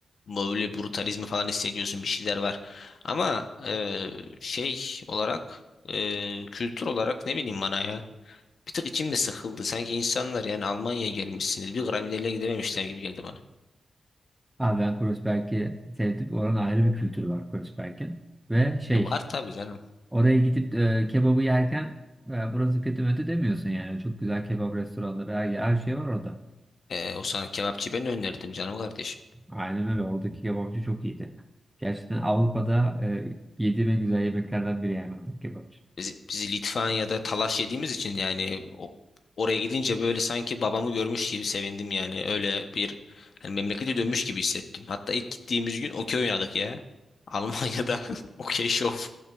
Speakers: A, on the left; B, in the centre.
A: Böyle brutalizmi falan hissediyorsun bir şeyler var. Ama e, şey olarak e, kültür olarak ne bileyim bana ya. Bir tık içim de sıkıldı. Sanki insanlar yani Almanya'ya gelmişsiniz. Bir gram ileriye gidememişler gibi geldi bana.
B: Abi ben Kreuzberg'i sevdim. Oranın ayrı bir kültürü var Kreuzberg'in. Ve şey
A: Ya var tabii canım.
B: oraya gidip e, kebabı yerken e, burası kötü mötü demiyorsun yani. Çok güzel kebap restoranları her, her şey var orada.
A: E, o sana kebapçı ben önerdim canım kardeşim.
B: Aynen öyle. Oradaki kebapçı çok iyiydi. Gerçekten Avrupa'da e, yediğim en güzel yemeklerden biri yani oradaki kebapçı.
A: Biz, biz Litvanya'da talaş yediğimiz için yani o- oraya gidince böyle sanki babamı görmüş gibi sevindim yani. Öyle bir hani memlekete dönmüş gibi hissettim. Hatta ilk gittiğimiz gün okey oynadık ya. Almanya'da <laughs> okey şov.